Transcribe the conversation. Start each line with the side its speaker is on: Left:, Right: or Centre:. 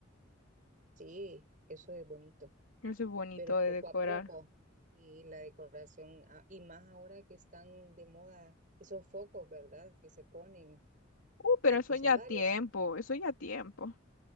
Right: Sí, eso es bonito,
Left: Eso es bonito
Right: pero es
Left: de
Right: poco
Left: decorar.
Right: a poco. Sí, la decoración, ah, y más ahora que están de moda esos focos, ¿verdad? Que se ponen
Left: Uh, pero
Right: eh,
Left: eso
Right: que
Left: ya
Right: son varias,
Left: tiempo, eso ya tiempo.